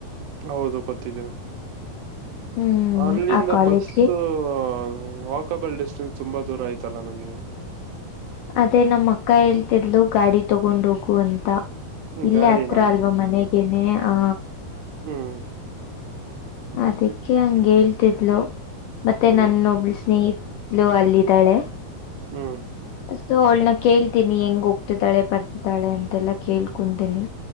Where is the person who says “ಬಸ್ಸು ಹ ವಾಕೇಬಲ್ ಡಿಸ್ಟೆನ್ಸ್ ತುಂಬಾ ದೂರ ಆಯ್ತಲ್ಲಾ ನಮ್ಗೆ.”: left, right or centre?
Right